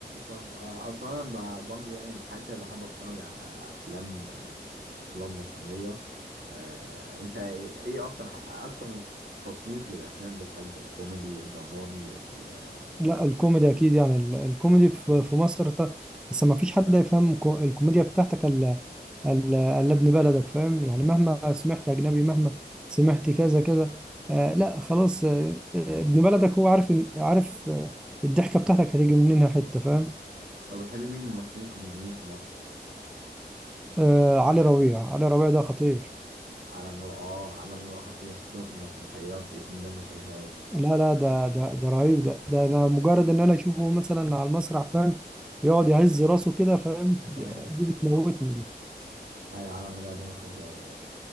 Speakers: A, on the right; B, in the centre.
A: طب آه، اصلا انا ب- برضه يعني ساعات كده بحب اتفرج على افلام آه، افلام مصريه آه، انت ايه إيه اكتر اكتر تصنيف للافلام بتحبه الكوميدي الدرامي ال- آه،
B: لا الكوميدي اكيد يعني ال- الكوميدي في في مصر ط- بس ما فيش حد يفهم كو- الكوميديا بتاعتك الا الا إلا ابن بلدك فاهم يعني مهما سمعت اجنبي مهما سمعت كذا كذا آه لا خلاص آه آه، ابن بلدك هو عارف إن- عارف آه، الضحكه بتاعتك هتيجي منين حته فاهم
A: طب بتحب مين الممثلين الكوميديين في مصر
B: آه علي ربيع علي ربيع ده خطير
A: على مر اه على مر خطير خصوصا في المسرحيات بيكون دمه خفيف قوي
B: لا لا ده ده ده رهيب ده ده انا مجرد ان انا اشوفه مثلا على المسرح فاهم يقعد يهز راسه كده فاهم
A: <laughs>
B: دي دي بتموتني دي
A: على مر دمه خفيف قوي